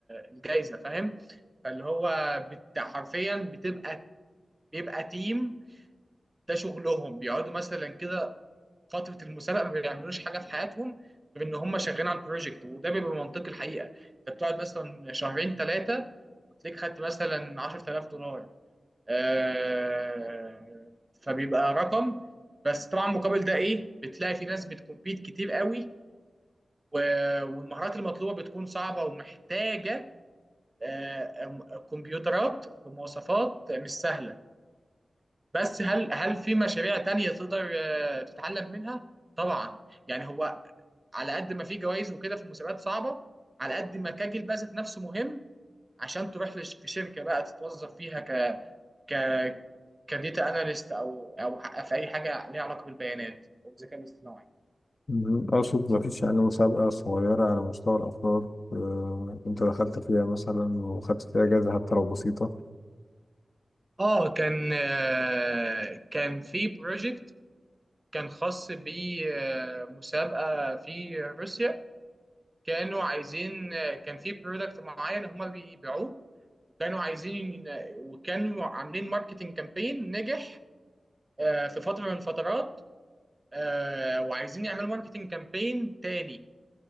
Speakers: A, on the right; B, on the left.
A: الجايزه فاهم فاللي هو بت- حرفيا بتبقى بيبقى تيم ده شغلهم بيقعدوا مثلا كده فتره المسابقه ما بيعملوش حاجه في حياتهم غير ان هم شغالين على البروجكت وده بيبقى منطقي الحقيقه انت بتقعد مثلا شهرين ثلاثه وتلاقيك خدت مثلا 10000 دولار آه فبيبقى رقم بس طبعا مقابل ده ايه بتلاقي في ناس بتكمبيت كتير قوي و- والمهارات المطلوبه بتكون صعبه ومحتاجه آه، آه، كمبيوترات بمواصفات مش سهله بس هل هل في مشاريع تانية تقدر آه، تتعلم منها؟ طبعا يعني هو على قد ما في جوائز وكده في مسابقات صعبة على قد ما كاجل بقى ذات نفسه مهم عشان تروح لش- في شركة بقى تتوظف فيها ك ك كديتا اناليست او او ح- في اي حاجة ليها علاقة بالبيانات او الذكاء الاصطناعي.
B: مهم. أقصد مفيش يعني مسابقة صغيرة على مستوى الأفراد آه، أنت دخلت فيها مثلا وخدت فيها جايزة حتى لو بسيطة
A: اه كان آه، كان في بروجكت كان خاص بمسابقة في روسيا كانوا عايزين كان في برودكت معين هما بيبيعوه وكانوا عايزين وكانوا عاملين ماركتنج كامبين نجح آه، في فترة من الفترات آه، وعايزين يعملوا ماركتنج كامبين تاني